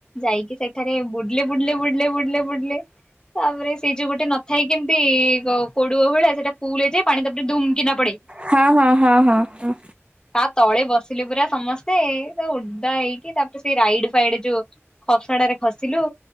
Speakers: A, on the left; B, on the right.
A: ଯାଇକି ସେଠାରେ ବୁଡିଲେ ବୁଡିଲେ ବୁଡିଲେ ବୁଡିଲେ ବୁଡିଲେ ତାପରେ ସେଇ ଯୋଉ ଗୋଟେ ନଥାଇ କେମିତି କୋ କୋଡୁଅ ଭଳିଆ ସେଟା ଫୁଲ ହେଇଯାଏ ପାଣି ତାପରେ ଧୁମକିନା
B: ହଁ ହଁ ହଁ ହଁ ହଁ।
A: ତା ତଳେ ବସିଲେ ପୁରା ସମସ୍ତେ ତ ଓଦା ହେଇକି ତାପରେ ସେଇ ରାଇଡ ଫାଇଡ ଯୋଉ ଖସଡ଼ା ରେ ଖସିଲୁ